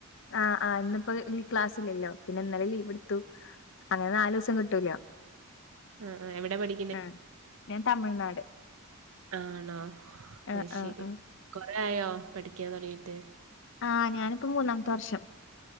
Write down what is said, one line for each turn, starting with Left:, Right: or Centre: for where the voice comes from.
Left: ആ ആ ഇന്നിപ്പോ ഈ ക്ലാസ്സില്ലല്ലോ. പിന്നെ ഇന്നലെ ലീവ് എടുത്തു. അങ്ങനെ നാലു ദിവസം കിട്ടൂലോ.
Right: ഉം ഉം എവിടെ പഠി
Left: ആ ഞാൻ തമിഴ്നാട്.
Right: ആണോ
Left: ആഹ്
Right: അ ശരി
Left: ആഹ് ആഹ്
Right: കൊറെ ആയോ പഠിക്കാന്ന് തുടങ്ങിട്ട്
Left: ആഹ് ഞാനിപ്പ മൂന്നാമത്തെ വർഷം